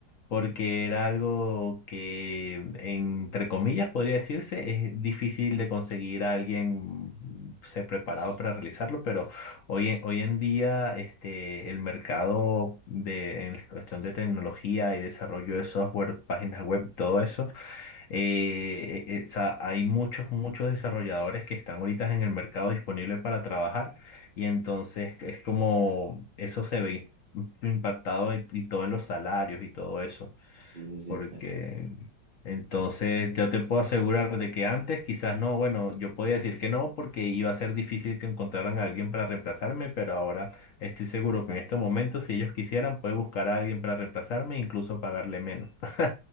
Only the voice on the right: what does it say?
Mm.
sí, sí, sí,